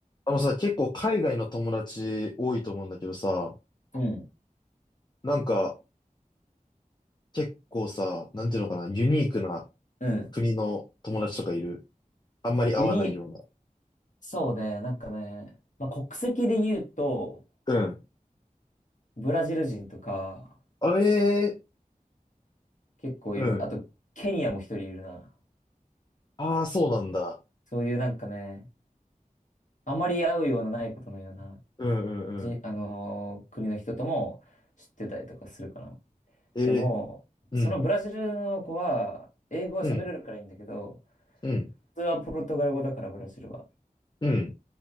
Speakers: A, on the left; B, on the left.
A: あのさ、結構海外の友達多いと思うんだけどさ、
B: うん。
A: なんか結構さ、なんていうのかな、ユニークな
B: うん。
A: 国の友達とかいるあんまり会わないような。
B: ユニ、そうね、なんかね、まあ、国籍で言うと、
A: うん。
B: ブラジル人とか、
A: あ、ええ
B: 結構いる。
A: うん。
B: あと、ケニアも一人いるな。
A: ああ、そうなんだ。
B: そういうなんかね、あまり会うようなないことのような、
A: うんうんうん。
B: じ、あのー国の人とも知ってたりとかするかな。
A: ええ
B: でも、
A: うん、
B: そのブラジルの子は、英語は喋れるからいいんだけど、
A: うん、うん、
B: 普通はポルトガル語だから、ブラジルは。
A: うん。